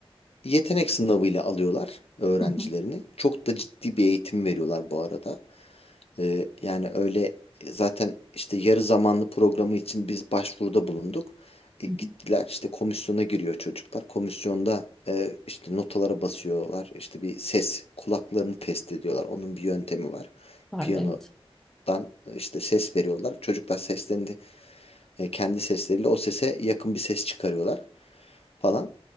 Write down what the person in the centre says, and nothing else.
Hı hı,
hı
hı.
Var
evet.